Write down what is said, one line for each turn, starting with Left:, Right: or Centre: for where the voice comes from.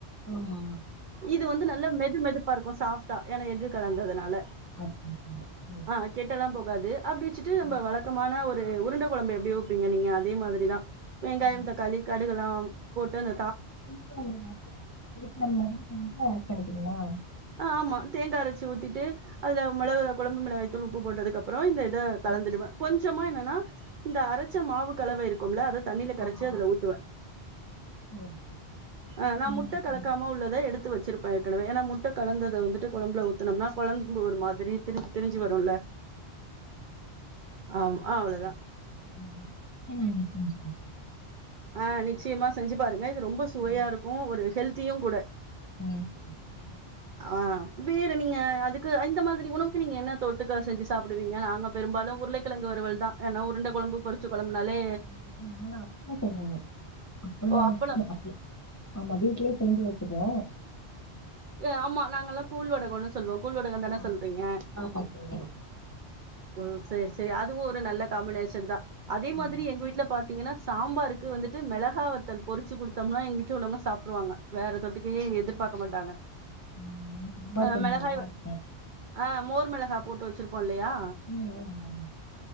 Left: ஆமா
Right: இது வந்து நல்ல மெது மெதுப்பா இருக்கு சாஃப்டா ஏனா எக்கு கலந்ததுனால
Left: ஆட் பண்ணிக்கோங்க ம்
Right: ஆ கெட்டல்லா போ காது அப்டிவச்சுட்டு
Left: ம்
Right: நம்ப வழக்கமான ஒ ரு உருண்ட கொழம்பு எப்டி வப்பீங்க நீங்க அதே மாதிரிதா வெங்காயம்
Left: ஆ
Right: தக்காளி கடுகுல்லாம் போட் டன
Left: புளிக்கொழம்பு மாரி செஞ்சு ஆட் பண்ணிட்டிங்ளா
Right: ஆ ஆமா தேங்கா அரச்சு ஊத்திட்டு அதுல மொளகு கொழம்பு மிளகாய் தூள் உப்பு போட்டதுக்குப்பறோ இந்த இத கலந்துடுவே
Left: ஆ
Right: கொஞ்சமா என்ன ன்னா இந்த அரச்ச மாவு கலவ இருக்கும்ல அத தண்ணியில கரைச்சு
Left: ஆமா
Right: அதுல ஊத்துவே
Left: ம்
Right: ஆ நா முட்டை
Left: இன்னைக்கு
Right: கலக்காம
Left: செஞ்சுக்கிறேங்க
Right: உள்ளத எடுத்து வச்சிரு ப்ப ஏற்கனவே ஏன்னா முட்டை கலந்தத வந்துட்டு கொழம்புல ஊத்துனோம்னா கொழம்பு ஒரு மாதிரி திரிஞ்சு திரிஞ்சு வருல்ல ஆ அவ்ளவுதா
Left: சரி ம் சரி நா இன்னைக்கு செஞ்சு பாக்கறே
Right: ஆ நிச்சயமா செஞ்சு பாருங் க இது ரொம்ப
Left: பாக்குறே
Right: சுவையா இருக்கு ஒரு ஹெல்த் தியுங் கூட
Left: ஆ சேரி ம்
Right: ஆ வேற நீங்க அதுக்கு இந்த மாதிரி உணவுக்கு நீங்க என்ன தொட்டுக்க செஞ்சு சாப்புடுவீங்க நாங்க பெரும்பாலு உருளைக்கிழங்கு வறுவல்தா ஏன்னா உருண்ட கொழம்பு பொரிச்ச கொழம்புனாலே
Left: இன்னைக்கு நாங்க அப்பளோ செய்வோங்க அப்பளோ
Right: ஓ அப்பளம்
Left: அப்பளோ ஆமா வீட்லயே செஞ்சு வச்சுக்குவோ
Right: ஏ ஆமா நாங்கல்லா கூழ் வடகோன்னு சொல்வோ கூழ் வடகந்தானே
Left: ஆ
Right: சொல்றீங்க
Left: ஆமா தோழி
Right: ம் சேரி சேரி அதுவு ஒரு நல்ல காம்பினேஷன்தா அதே மாதிரி
Left: ஆமா
Right: எங்க வீட்ல பாத் தீங்கன்னா சாம்பாருக்கு வந்துட்டு மெளகா வத்தல் பொரிச்சு குடுத்தோம்னா எங்க வீட்ல உள்ளவங்க சாப்ட்ருவாங்க. வேற தொட்டுக்கயே
Left: வீட்லயா
Right: எதிர்பாக்க மாட்டாங்க
Left: ம் நம்ம சாம்பார்
Right: ஆ
Left: கொஞ்சோ
Right: மெளகாய்
Left: இதா இருக்கே
Right: ஆ மோர் மெளகா போட்டு வெச்சிருப்போ இல்லயா
Left: ம் ம் ஆமா